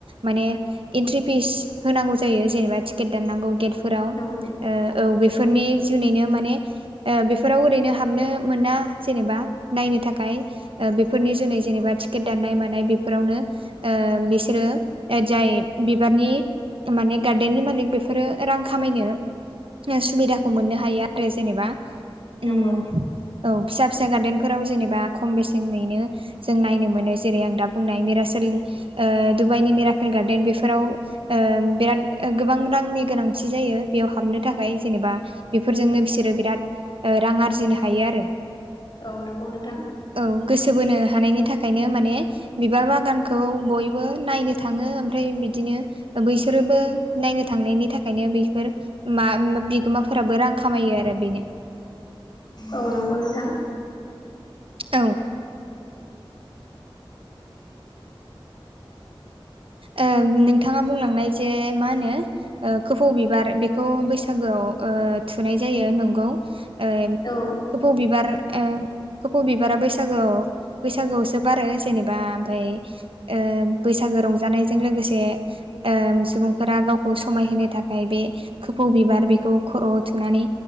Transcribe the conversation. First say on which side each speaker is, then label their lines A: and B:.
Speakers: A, on the right; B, on the left.
A: माने एन्ट्रि फिस होनांगौ जायो जेनेबा टिकेट दाननांगौ गेटफोराव
B: नंगौ
A: ओ औ बेफोरनि जुनैनो माने ओ बेफोराव ओरैनो हाबनो मोना जेनेबा नायनो थाखाय ओ बेफोरनि जुनै जेनेबा टिकेट दाननाय मानाय बेफोरावनो ओ बिसोरो ओ जाय बिबारनि माने गार्देननि मालिक बेफोरो रां खामायनो ओ सुबिदाखौ मोननो हायो आरो जेनेबा उम
B: नंगौ
A: औ फिसा फिसा गार्देनफोराव जेनेबा खम बेसेनैनो जों नायनो मोनो जेरै आं दा बुंनाय मिरासेल ओ डुबाइनि मिराकेल गार्डेन बेफोराव ओ बिराद गोबां रांनि गोनांथि जायो बेयाव हाबनो थाखाय जेनेबा बेफोरजोंनो बिसोरो बिराद ओ रां आरजिनो हायो आरो
B: औ नंगौ नोंथां
A: औ गोसो बोनो हानायनि थाखायनो माने बिबार बागानखौ बयबो नायनो थाङो ओमफ्राय बिदिनो ओ बैसोरोबो नायनो थांनायनि था खायनो बेफोर मा उम बिगोमाफोराबो रां खामायो आरो बेनो
B: औ नंगौ नोंथां
A: औ ओ नोंथाङा बुंलांनाय जे मा होनो ओ खोफौ बिबार बेखौ बैसागोआव ओ थुनाय जायो नंगौ ओ
B: औ
A: खोफौ बिबार ओ खोफौ बिबारा बैसागोआव बैसागोआवसो बारो जेनेबा ओमफ्राय ओ बैसागो रंजानायजों लोगोसे ओ सुबुंफोरा गावखौ समायहोनो थाखाय बे खोफौ बिबार बेखौ खर'आव थुनानै